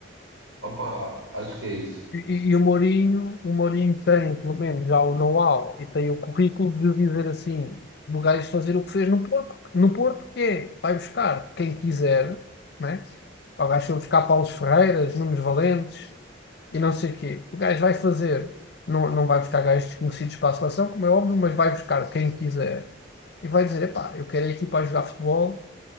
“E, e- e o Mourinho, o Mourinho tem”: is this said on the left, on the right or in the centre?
Left